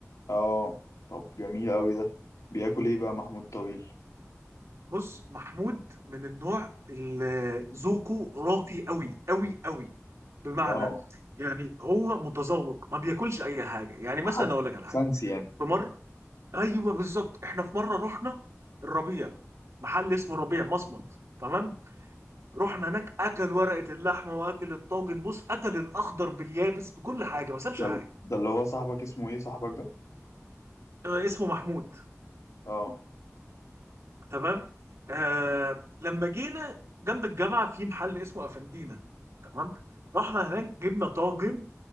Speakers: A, on the left; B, on the right.
A: اه طب جميل أوي ده بياكل ايه بقى محمود الطويل
B: بص محمود من النوع اللي ذوقه راقي قوي قوي قوي بمعنى
A: ده اه
B: يعني هو متذوق ما بياكلش اي حاجه يعني مثلا
A: حاجة
B: اقول لك على حاجه
A: فانسي يعني
B: في مره ايوه بالظبط احنا في مره رحنا الربيع محل اسمه الربيع مصمت تمام رحنا هناك اكل ورقه اللحمه واكل الطاجن بص اكل الاخضر باليابس بكل حاجه ما سابش
A: ده
B: حاجه
A: ال- ده اللي هو صاحبك اسمه ايه صاحبك ده
B: آه، اسمه محمود
A: اه
B: تمام آه لما جينا جنب الجامعه في محل اسمه افندينا تمام رحنا هناك جبنا طاجن